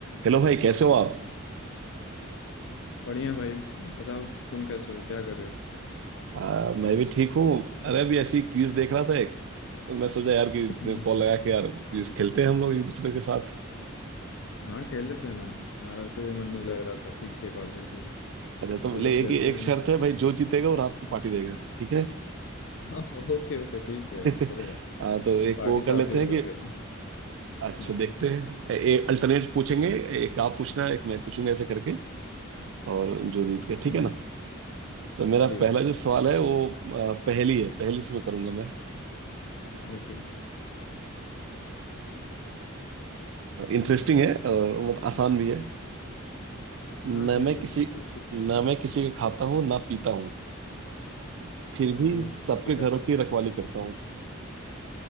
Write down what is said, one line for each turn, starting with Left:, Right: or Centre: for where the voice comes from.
Right: Hello भाई कैसे हो आप
Left: बढ़िया भाई बताओ तुम कैसे हो क्या कर रहे हो
Right: आ, मैं भी ठीक हूँ अरे अभी ऐसी क्विज देख रहा था एक तो मैं सोचा यार कि तुम्हें
Left: हम्म
Right: कॉल लगा के यार क्विज खेलते हैं हम लोग एक दूसरे के साथ
Left: हाँ खेल लेते हैं ना यार ऐसे भी मन नहीं लग रहा था ठीक है कॉल कर दी
Right: अच्छा तो
Left: चलो
Right: ले
Left: खेलते
Right: एक एक
Left: हैं
Right: शर्त है भाई जो जीतेगा वो रात को पार्टी देगा ठीक है
Left: <laughs> हाँ ओके ओके ठीक है
Right: <laughs>
Left: चलेगा
Right: आ, तो एक
Left: पार्टी
Right: वो
Left: तो
Right: कर
Left: आप
Right: लेते
Left: ही दे
Right: हैं
Left: रहे
Right: कि
Left: हो फिर
Right: अच्छा
Left: हाँ
Right: देखते हैं एक अल्टरनेट पूछेंगे एक आप पूछना एक मैं पूछूंगा ऐसे करके और जो जीत गया ठीक
Left: हम्म
Right: है ना तो मेरा
Left: ठीक
Right: पहला
Left: है
Right: जो सवाल है वो आ, पहेली है पहेली से मैं करूंगा मैं
Left: ओके
Right: इंटरेस्टिंग है और बहुत आसान भी है न
Left: हाँ ठीक
Right: मैं
Left: है
Right: किसी
Left: पूछिए
Right: न मैं किसी का खाता हूँ ना पीता हूँ फिर भी
Left: ना मैं
Right: सबके
Left: किसी
Right: घरों
Left: का खा
Right: की रखवाली करता हूँ